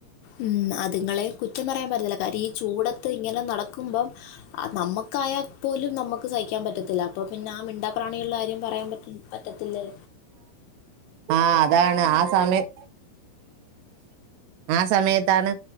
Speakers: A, on the left; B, on the right.
A: ഉം അതുങ്ങളെയും കുറ്റം പറയാൻ പറ്റത്തില്ല കാര്യം ഈ ചൂടത്ത് ഇങ്ങനെ നടക്കുമ്പം നമ്മക്കായാൽ പോലും നമ്മക്ക് സഹിക്കാൻ പറ്റത്തില്ല അപ്പം പിന്നെ ആ മിണ്ടാ പ്രാണികൾടെ കാര്യം പറയാൻ പറ്റ് പറ്റത്തില്ലേ
B: ആഹ് അതാണ് ആ സമയത്ത് ആ സമയത്താണ്